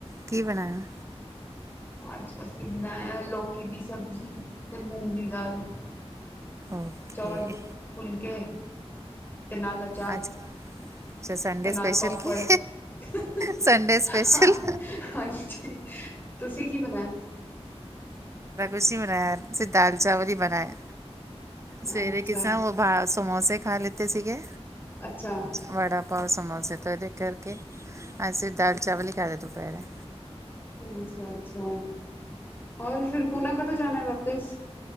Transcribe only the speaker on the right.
ਕੀ ਬਣਾਇਆ।
ਓਕੇ
ਅੱਜ ਅੱਛਾ ਸੰਡੇ
ਸਪੈਸ਼ਲ
ਕੀ
ਸੰਡੇ ਸਪੈਸ਼ਲ
ਅਸੀ ਬਣਾਇਆ ਦਾਲ ਚਾਵਲ ਹੀ ਬਣਾਇਆ ਸਵੇਰੇ
ਕਿਸਾ ਓ <unintelligible> ਖਾ ਸਮੋਸੇ ਖਾ ਲਿੱਤੇ ਸੀਗੇ
ਵੜਾ ਪਾਓ ਸਮੋਸੇ ਤੋਂ ਇਹ ਦੇਖ ਕਰਕੇ ਅਸੀ ਦਾਲ ਚਾਵਲ ਹੀ ਖਾ ਦੇ ਦੋਪਹਿਰੇ।